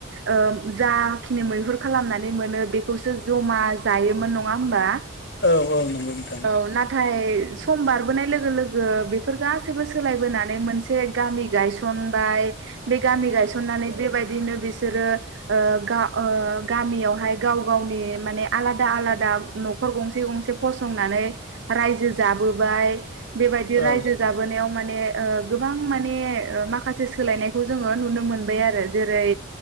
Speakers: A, on the right; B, on the left.
A: ओ जाखिनि मैहुर खालामनानै मोनो बेखौसो जमा जायोमोन नंङा होमबा
B: औ औ नंगौ नोंथां
A: <inaudible> औ नाथाय सम बारबोनाय लोगो लोगो बेफोर गासैबो सोलायबोनानै मोनसे गामि गायसनबाय। बे गामि गायसननानै बेबायदिनो बिस बिसोरो ओ गा-गामियावहाय गाव गावनि माने आलादा आलादा न'खर गंसे गंसे फसंनानै रायजो जाबोबाय बेबायदि
B: औ
A: रायजो जाबोनायाव माने माने ओ गोबां माने ओ माखासे सोलायनायखौ जोङो नुनो मोनबाय आरो जेरै